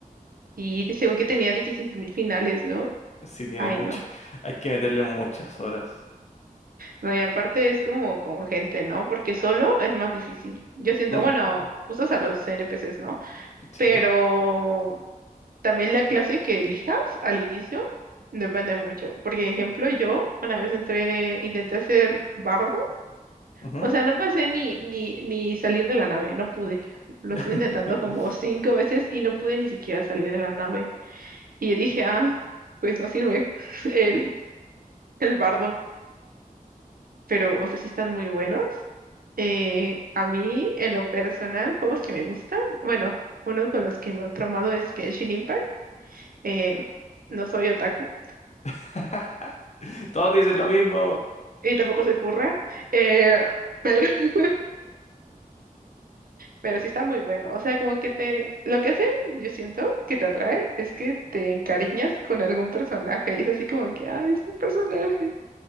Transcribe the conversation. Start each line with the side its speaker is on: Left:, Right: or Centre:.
Right: Y de- según que tenía 16 mil finales, ¿no?
Left: Sí, tiene
Right: Ay,
Left: mucho.
Right: no.
Left: <laughs> Hay que meterle muchas horas.
Right: No, y aparte es como con gente, ¿no? Porque solo es más difícil. Yo siento,
Left: Mm,
Right: bueno, usas a los NPCs, ¿no?
Left: sí.
Right: Pero también la clase que elijas al inicio depende mucho. Porque, ejemplo, yo una vez entré, intenté hacer bardo.
Left: ujú.
Right: O sea, no pasé ni, ni, ni salir de la nave, no pude. Lo
Left: <laughs>
Right: estuve intentando como cinco veces y no pude ni siquiera salir de la nave. Y yo dije, ah, pues no sirve <laughs> el, el bardo. Pero, o sea, sí están muy buenos. Eh, a mí, en lo personal, juegos que me gustan, bueno, uno con los que me he traumado es Genshin Impact. Eh, no soy otaku
Left: <laughs> Todos dicen lo mismo.
Right: y tampoco soy furra, eh, pero, <laughs> pero sí está muy bueno. O sea, como que te, lo que hacen, yo siento que te atrae, es que te encariñas con algún personaje y es así como que, ay, es mi personaje.